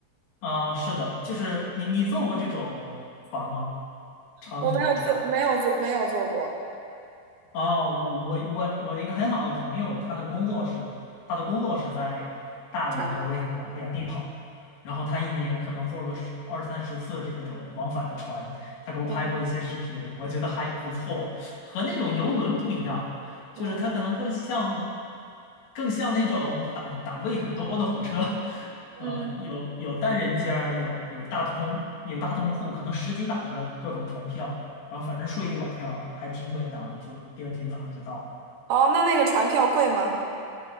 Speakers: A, on the left; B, on the right.
A: 啊，是的，就是你你坐过这种船吗？长途的船？
B: 我没有坐，没有坐，没有坐过
A: 哦，我我我我的一个很好的朋友，他的工作是他的工作是在大连和威海两两地跑，
B: 船。
A: 然后他一年可能坐个十二三十次这种往返的船，他给我拍过一些视频，
B: 嗯
A: 我觉得还不错，和那种游轮不一样，就是它可能更像
B: 嗯
A: 更像那种档档位很多的火车，
B: 嗯，
A: 呃，有有单人间儿有有大通有大通铺，可能十几档的各种船票。然后反正睡一晚上还挺稳当的，就第二天早上就到了。
B: 哦，那那个船票贵吗？